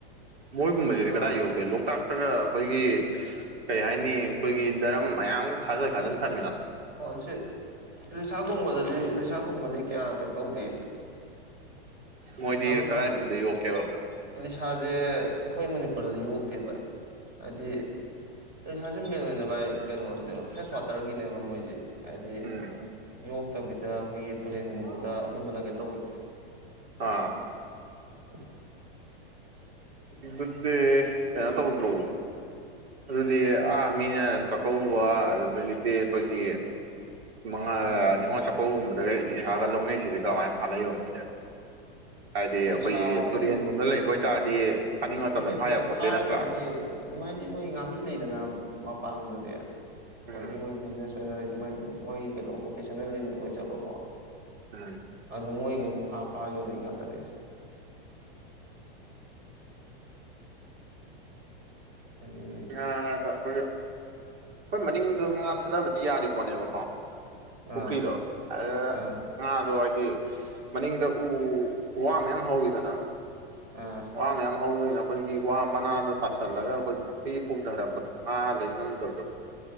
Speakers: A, on the right; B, on the right.
A: ꯃꯣꯏꯒꯨꯝꯕꯁꯤꯗꯤ
B: ꯑꯥ
A: ꯀꯗꯥꯏ ꯌꯣꯛꯒꯦ ꯂꯣꯛꯇꯥꯛ ꯈꯔ ꯑꯩꯈꯣꯏꯒꯤ ꯀꯩ ꯍꯥꯏꯅꯤ ꯑꯩꯈꯣꯏꯒꯤ ꯗꯔꯝ ꯃꯌꯥꯝ ꯑꯃ ꯈꯥꯖꯤꯟ ꯈꯥꯖꯤꯟ ꯊꯝ
B: ꯑꯣ ꯁꯤ ꯏꯂꯤꯁꯥꯒꯨꯝꯕꯗꯗꯤ ꯏꯂꯤꯁꯥꯒꯨꯝꯕꯗꯤ ꯀꯌꯥ ꯀꯩ ꯇꯧꯗꯦ
A: ꯃꯣꯏꯗꯤ
B: ꯏꯂꯤꯁꯥꯒꯨꯝꯕꯖꯤꯗꯔꯤ
A: ꯀꯗꯥꯏꯒꯨꯝꯕꯗ ꯌꯣꯛꯀꯦꯕ
B: ꯏꯂꯤꯁꯥꯖꯦ ꯑꯩꯈꯣꯏ ꯃꯅꯤꯄꯨꯔꯗꯗꯤ ꯌꯣꯛꯇꯦꯕ ꯍꯥꯏꯗꯤ ꯏꯂꯤꯁꯖꯦ ꯃꯦꯟ ꯑꯣꯏꯅ ꯚꯥꯏ ꯀꯩꯅꯣꯅꯦꯕ ꯐ꯭ꯔꯦꯁ ꯋꯥꯇꯔꯒꯤꯅꯦꯕ ꯃꯣꯏꯁꯦ ꯍꯥꯏꯗꯤ
A: ꯎꯝ
B: ꯌꯣꯛꯇꯕꯤꯗ ꯑꯩꯈꯣꯏꯒꯤ ꯇꯨꯔꯦꯟꯒꯨꯝꯕꯗ ꯑꯗꯨꯝꯕꯅ ꯀꯩ ꯇꯧꯕꯅꯦ
A: ꯑꯥ
B: ꯑ ꯐ
A: ꯑꯗꯨꯗꯤ ꯀꯔꯤꯅꯣ ꯇꯧꯕꯗ꯭ꯔꯣ ꯑꯗꯨꯗꯤ ꯑꯥ ꯃꯤꯅ ꯆꯥꯛꯀꯧꯕ ꯑꯗꯨꯗꯒꯤꯗꯤ ꯑꯩꯈꯣꯏꯒꯤ ꯃꯉꯥ
B: ꯎꯝ
A: ꯅꯤꯉꯣꯜ ꯆꯥꯛꯀꯧꯕꯒꯨꯝꯕꯗꯒ ꯏꯂꯤꯁꯥꯒ ꯂꯧꯅꯩꯁꯤꯗꯤ ꯀꯃꯥꯏꯅ ꯐꯥꯅꯩꯕ ꯃꯣꯏꯗ ꯍꯥꯏꯗꯤ
B: ꯏꯂꯤꯁꯥꯗꯤ
A: ꯑꯩꯈꯣꯏꯒꯤ ꯇꯨꯔꯦꯟꯒꯨꯝꯕ ꯂꯩꯕ ꯑꯣꯏꯇꯥꯔꯗꯤ ꯐꯥꯅꯤꯡꯕ ꯃꯇꯝꯗ
B: ꯅꯠꯇꯦ ꯅꯠꯇꯦ
A: ꯐꯥ ꯌꯥꯄꯣꯠꯇꯦ
B: ꯐꯥꯔꯒ
A: ꯅꯠꯇ꯭ꯔꯥ
B: ꯃꯣꯏ ꯑꯗꯨꯝ ꯍꯥꯏꯗꯤ ꯃꯣꯏ ꯉꯥꯃꯤ ꯂꯩꯗꯅ ꯃꯄꯥꯟ ꯂꯝꯗꯗꯤ ꯑꯩꯈꯣꯏꯒꯤ
A: ꯎꯝ
B: ꯃꯣꯏ ꯕꯤꯖꯤꯅꯦꯁ ꯑꯣꯏꯅ ꯂꯣꯏ ꯃꯣꯏꯒꯤ ꯀꯩꯅꯣ ꯑꯣꯀꯨꯄꯦꯁꯟꯅꯜꯂꯤ ꯑꯣꯏꯖꯕꯀꯣ
A: ꯎꯝ
B: ꯑꯗꯨ ꯃꯣꯏ ꯀꯩꯅ ꯐꯥ ꯐꯥ ꯌꯣꯜꯂꯛꯏ ꯉꯥꯛꯇꯅꯦ ꯍꯥꯏꯗꯤ
A: ꯑꯩꯈꯣꯏ ꯑꯩꯈꯣꯏ ꯃꯅꯤꯡꯗ ꯉꯥ ꯊꯥꯗꯕꯗꯤ ꯌꯥꯔꯤ ꯄꯣꯠꯅꯦꯕꯀꯣ ꯄꯨꯈ꯭ꯔꯤꯗꯣ
B: ꯑꯥ
A: ꯑꯗꯉꯥꯗꯣ
B: ꯑꯥ
A: ꯃꯅꯤꯡꯗ ꯎ ꯋꯥ ꯃꯌꯥꯝ ꯍꯧꯋꯤꯗꯅ
B: ꯑꯥ
A: ꯋꯥꯃꯌꯥꯝ ꯍꯧꯕꯅꯤꯅꯥ ꯑꯩꯈꯣꯏꯒꯤ ꯋꯥ ꯃꯅꯥꯗꯣ ꯇꯥꯁꯜꯂꯒ ꯑꯩꯈꯣꯏ ꯄꯨꯈ꯭ꯔꯤ ꯄꯨꯝꯊꯔꯛꯄꯗꯣ ꯉꯥ ꯂꯩ ꯉꯝꯗꯕꯗ